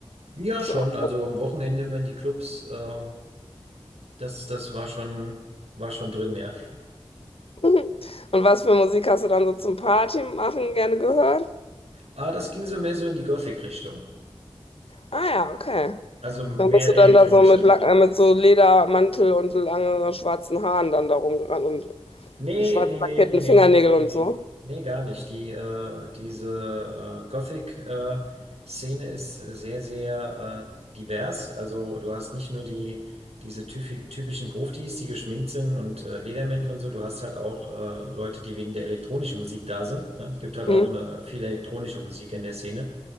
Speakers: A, on the right (about 75°); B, on the left (about 65°).
A: Ja,
B: bist
A: schon.
B: du auch?
A: Also am Wochenende immer in die Clubs. ähm, Das, das war schon, war schon drin, ja.
B: <laughs> Und was für Musik hast du dann so zum Party machen gerne gehört?
A: Aber das ging so mehr so in die Gothic-Richtung.
B: Ah ja, okay.
A: Also mehr
B: Dann bist du
A: elektronische.
B: dann da so mit, lang- äh, mit so Ledermantel und langen schwarzen Haaren dann da rumgerannt und
A: Nee,
B: schwarz
A: nee, nee,
B: lackierten
A: nee, nee,
B: Fingernägel
A: nee, nee,
B: und so.
A: nee, gar nicht. Die, äh, diese äh, Gothic-Szene ist sehr, sehr äh, divers. Also du hast nicht nur die, diese typi- typischen Gruftis, die geschminkt sind und äh, Ledermäntel und so, du hast halt auch äh, Leute, die wegen der elektronischen Musik da sind. Ne? Es gibt halt auch
B: Hm?
A: eine, viel elektronische Musik in der Szene.